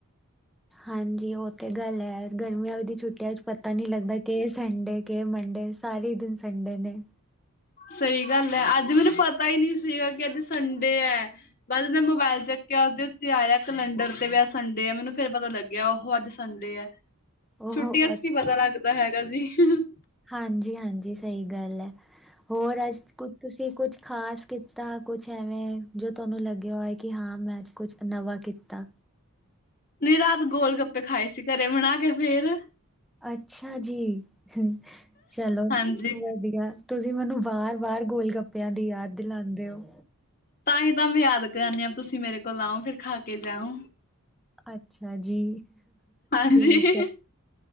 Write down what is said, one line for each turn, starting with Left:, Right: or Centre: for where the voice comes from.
Centre: ਹਾਂਜੀ, ਓਹ ਤੇ ਗੱਲ ਐ, ਗਰਮੀਆਂ ਵ ਦੀ ਛੁੱਟੀਆਂ ਚ ਪਤਾ ਨੀ ਲੱਗਦਾ ਕੇ ਸੰਡੇ, ਕੇ ਮੰਡੇ, ਸਾਰੇ ਈ ਦਿਨ ਸੰਡੇ ਨੇ।
Left: ਸਈ ਗੱਲ ਐ, ਅੱਜ ਮੈਨੂੰ ਪਤਾ ਈ ਨੀ ਸੀਗਾ ਕਿ ਅੱਜ ਸੰਡੇ ਐ। ਬਸ ਜੇ ਮੋਬੈਲ ਚੱਕਿਆ ਓਹਦੇ ਉੱਤੇ ਆਇਆ ਕੈਲੰਡਰ ਤੇ ਵੀ ਅੱਜ ਸੰਡੇ ਐ, ਮੈਨੂੰ ਫੇਰ ਪਤਾ ਲੱਗਿਆ ਓ ਹੋ ਅੱਜ ਸੰਡੇ ਐ,
Centre: ਉਹ
Left: ਛੁੱਟੀਆਂ ਚ ਕੀ ਪਤਾ ਲੱਗਦਾ ਹੈਗਾ ਜੀ ਹੁ-ਹੁ
Centre: ਹਾਂਜੀ-ਹਾਂਜੀ, ਸਹੀ ਗੱਲ ਐ, ਹੋਰ ਅੱਜ ਕੁ ਤੁਸੀਂ ਕੁਛ ਖ਼ਾਸ ਕੀਤਾ, ਕੁਛ ਐਵੇਂ, ਜੋ ਤੁਆਨੂੰ ਲੱਗਿਆ ਹੋਏ ਕਿ ਹਾਂ ਮੈਂ ਅੱਜ ਕੁਛ ਕ ਨਵਾਂ ਕੀਤਾ।
Left: ਨਈ ਰਾਤ ਗੋਲ-ਗੱਪੇ ਖਾਏ ਸੀ ਘਰੇ ਬਣਾ ਕੇ ਫੇਰ।
Centre: ਅੱਛਾ ਜੀ, ਹੁਂ ਚਲੋ
Left: ਹਾਂਜੀ।
Centre: ਵਦੀਆ। ਤੁਸੀਂ ਮੈਨੂੰ ਬਾਰ-ਬਾਰ ਗੋਲ ਗੱਪੇਆਂ ਦੀ ਯਾਦ ਦਿਲਾਂਦੇ ਓ।
Left: ਤਾਂ ਹੀ ਤਾਂ ਮੈਂ ਯਾਦ ਕਰਾਨੀ ਆਂ, ਤੁਸੀਂ ਮੇਰੇ ਕੋਲ ਆਓ ਫਿਰ ਖਾ ਕੇ ਜਾਓ।
Centre: ਅੱਛਾ ਜੀ
Left: ਹਾਂਜੀ,
Centre: ਠੀਕ